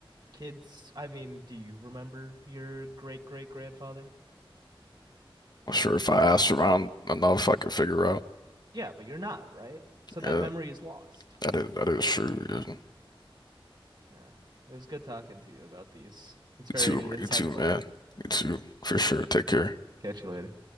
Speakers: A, on the right; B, on the left.
A: Kids, I mean, do you remember your great great grandfather?
B: I'm sure if I asked around enough, I could figure out.
A: Yeah, but you're not, right? So that
B: Yeah,
A: memory is lost.
B: that is that is true. Yeah. You
A: Yeah. It was good talking to you about these. It's very
B: too,
A: insightful.
B: you too, man. You too, for sure.
A: Uh,
B: Take care.
A: catch you later.